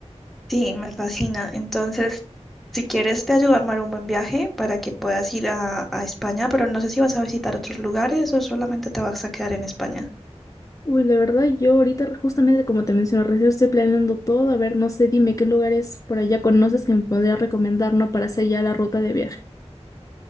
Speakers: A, in the centre; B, on the left.
A: Sí, me fascina. Entonces, si quieres, te ayudo a armar un buen viaje para que puedas ir a, a España, pero no sé si vas a visitar otros lugares o solamente te vas a quedar en España.
B: Uy, la verdad, yo ahorita, justamente como te mencioné, recién estoy planeando todo. A ver, no sé, dime qué lugares por allá conoces que me podrías recomendar, ¿no? Para hacer ya la ruta de viaje.